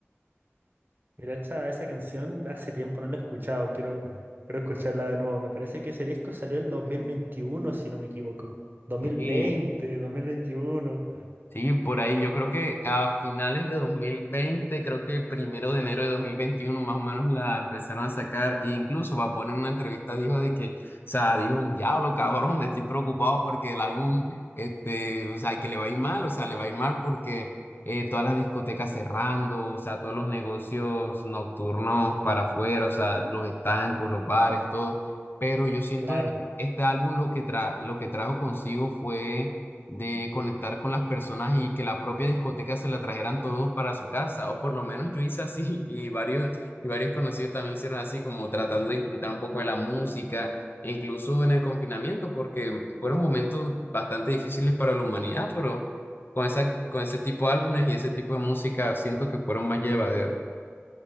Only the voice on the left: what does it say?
Sí.
Sí, por ahí. Yo creo que a finales de 2020, creo que primero de enero de 2021, más o menos la empezaron a sacar. E incluso Bad Bunny en una entrevista dijo de que, o sea, dijo, diablo, cabrón, me estoy preocupado porque el álbum, este, o sea, que le va a ir mal, o sea, le va a ir mal porque eh, todas las discotecas cerrando, o sea, todos los negocios nocturnos para afuera, o sea, los estancos, los bares, todo. Pero yo siento
de que este álbum lo que tra- lo que trajo consigo fue de conectar con las personas y que la propia discoteca se la trajeran todos para su casa, o por lo menos yo hice así <laughs> y varios, y varios conocidos también hicieron así, como tratando de disfrutar un poco de la música, e incluso en el confinamiento, porque fueron momentos bastante difíciles para la humanidad, pero con esa, con ese tipo de álbumes y ese tipo de música siento que fueron más llevaderos.